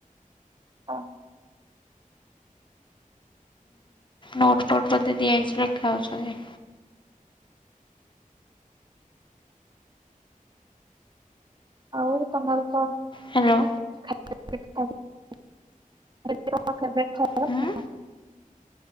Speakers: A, on the right; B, on the left.
A: ଅଁ
B: ନୋଟଫୋଟ ବୋଧେ ଦିଆଯାଇଛି ଲେଖା ହେଉଛନ୍ତି।
A: ଆଉ ତମର ତ
B: ହ୍ୟାଲୋ
A: <unintelligible> <unintelligible>
B: ହୁଁ